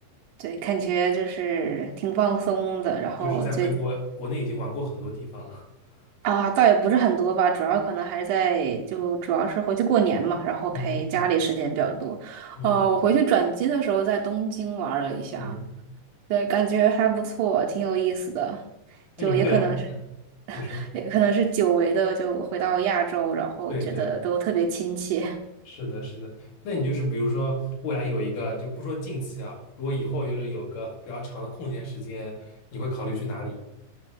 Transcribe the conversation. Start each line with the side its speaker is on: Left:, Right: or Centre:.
Right: 对，感觉就是挺放松的。然后最
Left: 就是在回国，国内已经玩过很多地方了。<laughs>
Right: 啊，倒也不是很多吧，主要可能还是在就主要是回去过年嘛，然后陪家里时间比较多。
Left: 嗯嗯嗯
Right: 呃，我回去转机的时候在东京玩了一下，
Left: 嗯，
Right: 对，感觉还不错，挺有意思的。
Left: 那你未来，
Right: 就也可能是，
Left: 嗯，
Right: <laughs>
Left: 你说，
Right: 也可能是久违的，就回到亚洲，然后觉得都特别亲切。
Left: 对对，是的，是的。那你就是比如说未来有一个，就不说近期啊，如果以后就是有个比较长的空闲时间，你会考虑去哪里？